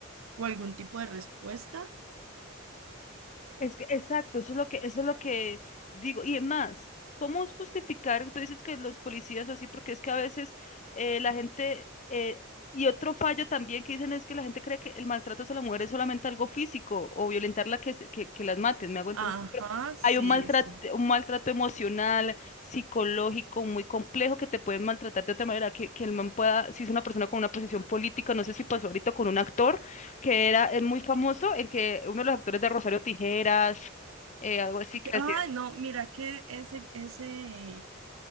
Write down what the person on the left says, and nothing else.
Es que, exacto, eso es lo que, eso es lo que digo. Y es más, ¿cómo es justificar? Tú dices que los policías o así, porque es que a veces eh, la gente, eh, y otro fallo también que dicen es que la gente cree que el maltrato hacia la mujer es solamente algo físico o violentarla que, se- que, que las maten, me hago entender.
Hay un maltrato,
un maltrato emocional, psicológico, muy complejo que te pueden maltratar de otra manera, que, que el man pueda, si es una persona con una posición política, no sé si pasó ahorita con un actor que era, es muy famoso, el que, uno de los actores de Rosario Tijeras, eh, algo así que
hacía